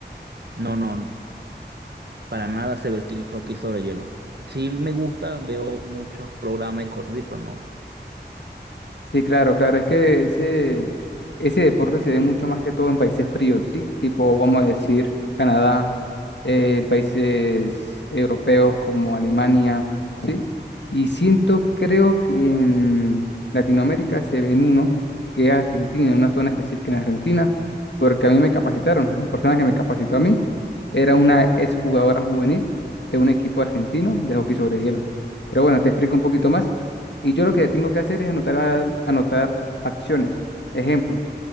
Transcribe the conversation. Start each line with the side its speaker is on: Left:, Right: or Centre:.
Right: No, no, no. Para nada sé ver el hockey sobre hielo. Sí me gusta, veo muchos programas y cosas así, pero no.
Left: Sí, claro, claro. Es que ese, ese deporte se ve mucho más que todo en países fríos, ¿sí? Tipo, vamos a decir, Canadá, eh, países europeos como Alemania, ¿sí? Y siento, creo que en Latinoamérica se ven uno, que es Argentina, una zona específica en Argentina, porque a mí me capacitaron. La persona que me capacitó a mí era una exjugadora juvenil de un equipo argentino de hockey sobre hielo. Pero bueno, te explico un poquito más. Y yo lo que tengo que hacer es anotar, al- anotar acciones. Ejemplo,